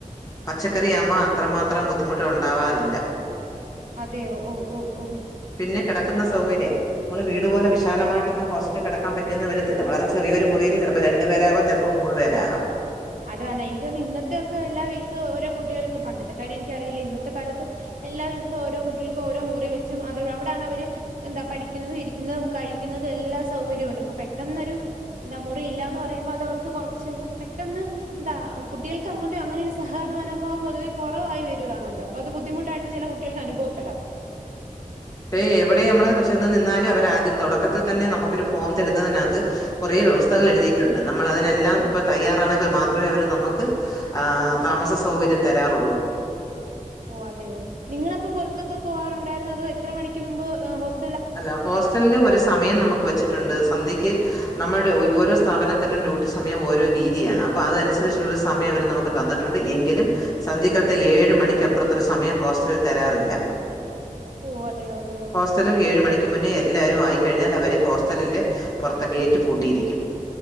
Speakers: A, on the left (about 25°); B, on the right (about 70°).
A: പച്ചക്കറ ആകുമ്പോ അത്രമാത്രം ബുദ്ധിമുട്ടുക ഉണ്ടാവാറില്ല
B: അതെ ഓ -ഓ -ഓ
A: പിന്നെ കെടക്കുന്ന സൗകര്യം നമ്മള് വീട്പോലെ വിശാലമായിട്ടൊ കടക്കാൻ പറ്റുന്നന്ന് വരത്തില്ല വളരെ ചെറിയരു മുറിയില് ചിലപ്പോ രണ്ട് പേരാവാം ചിലപ്പോ മൂന്നു പേരാകാം
B: അതാണ് എനിക്ക് തോന്നണ് ഇന്നത്തെക്കെ എല്ലാ വീട്ടിലും ഓരോ കുട്ടികൾക്കും പണ്ടത്തെ കാര്യ എനിക്ക അറിയില്ല ഇന്നത്തെ കാലത്ത് എല്ലാ വീട്ടിലും ഓരോ കുട്ടികൾക്കും ഓരോ മുറി വെച്ചും അത അവിടണ് അവര് എന്താ പഠിക്കുന്നതും ഇരിക്കുന്നതും കഴിക്കുന്നതും എല്ലാ സൗകര്യവും ഉണ്ട് അപ്പൊ പെട്ടെന്നൊരു എന്താ മുറി ഇലന്ന്‌പറയുമ്പോ അത് അവർക്ക് കുറച്ച് പെട്ടെന്ന് എന്താ കുട്ടികൾക്ക് അങ്ങോട്ടും അങ്ങനെ ഒരു സഹകരണ മനോഭാവം പൊതുവെ കുറവായി വരികയാണല്ലോ അത് ബദ്ധിമുട്ടായിട്ട് ചില കുട്ടികൾക്ക് അനുഭവപ്പെടാം
A: പക്ഷേ എവിടെ നമ്മള് ചെന്ന് നിന്നാലും അവർ ആദ്യം തുടക്കത്തിൽ തന്നെ നമുക്കൊരു ഫോം തരുന്നതിനകത്ത് കുറെേ വ്യവസ്ഥകൾ എഴുതിയിട്ടുണ്ട് നമ്മൾ അതിനെല്ലാം ഇപ്പ തയ്യാറാണെങ്കിൽ മാത്രമേ അവര് നമുക്ക് ആ താമസ സൗകര്യം തരാറുള്ളൂ
B: ഓ അതെയോ നിങ്ങളപ്പൊ പുറത്തൊക്കെ പോവാറുണ്ടായിരുന്നു അതോ എത്ര മണിക്ക് മുമ്പ് ഹോസ്റ്റലിൽ
A: അല്ല ഹോസ്റ്റലില് ഒരു സമയം നമുക്ക് വെച്ചിട്ടുണ്ട് സന്ധ്യക്ക് നമ്മുടെ ഓരോ സ്ഥാപനത്തിലും ഡ്യൂട്ടി സമയം ഓരോ രീതിയാണ് അപ്പൊ അതനുസരിച്ചുള്ളരു സമയം അവർ നമുക്ക് തന്നിട്ട് ണ്ട് എങ്കിലും സന്ധിക്കാലത്തെ ഏഴ് മണിക്കപ്പുറത്തൊരു സമയം ഹോസ്റ്റലിൽ തരാറില്ല
B: ഓ അതെയോ അതെയോ
A: ഹോസ്റ്റലിൽ ഏഴും മണിക്ക് മുന്നേ എല്ലാവാരും ആയിക്കഴിഞ്ഞാൽ അവര് ഹോസ്റ്റലിന്റെ പുറത്തെ ഗേറ്റ് പൂട്ടിയിരിക്കും